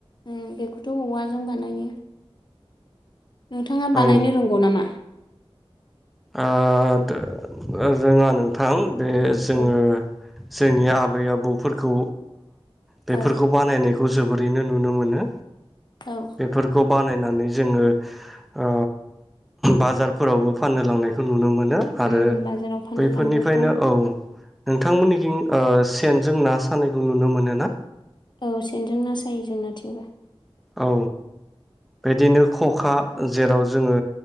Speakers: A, on the left (about 50°); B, in the centre.
A: ओ बेखौथ औवाजों बानायो नोंथाङा बानायनो
B: औ
A: रोंगौ नामा
B: आं रोङा नोंथां बे जोङो
A: औ
B: जोंनि आबै आबौफोरखौ बेफोरखौ
A: औ
B: बानायनायखौ जोबोद रैनो नुनो मोनो
A: औ
B: बेफोरखौ बानायनानै जोङो ओ बाजारफोरावबो फाननो लांनायखौ नुनो मोन नो आरो
A: उम बाजाराव फाननो
B: बैफोरनिफ्रायनो
A: लाङोथ'
B: औ नोंथांमोननिथिं ओ सेनजों ना सानायखौ नुनो मोनो ना
A: औ सेन जों ना सायो जोंना थेवौ
B: औ बेदिनो खखा जेराव जोंङो